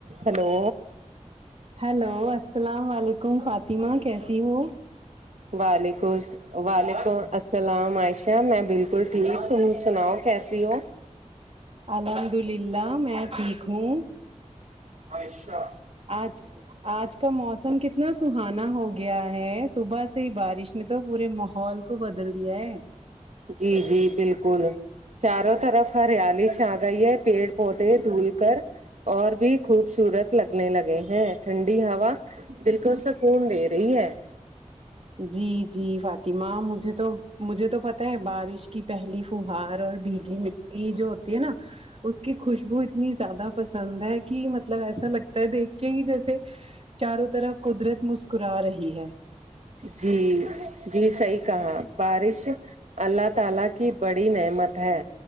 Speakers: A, on the right; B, on the right.
A: hello
B: hello السلام و علیکم فاطمہ کیسی ہو
A: وعلیکم س وعلیکم السلام عائشہ میں بالکل ٹھیک تم سناؤ کیسی ہو
B: الحمد للہ میں ٹھیک ہوں
A: عائشہ
B: آج آج کا موسم کتنا سہانا ہو گیا ہے صبح سے ہی بارش نے تو پورے ماحول کو بدل دیا ہے
A: جی جی بالکل چاروں طرف ہریالی چھا گئی ہے پیڑ پودے دھول کر اور بھی خوبصورت لگنے لگے ہیں ٹھنڈی ہوا بالکل سکون دے صحی ہے
B: جی جی فاطمہ مجھے تو مجھے تو پتہ ہے بارش کی پہلی فہار اور بھیگی مٹی جو ہوتی ہے نا اس کی خوشبو اتنی زیادہ پسند ہے کی مطلب ایسا لگتا ہے دیکھ کے کی جیسے چاروں طرف قدرت مسکرا رہی ہے
A: جی جی صحیح کہا بارش اللہ تعالی کی بڑی نعمت ہے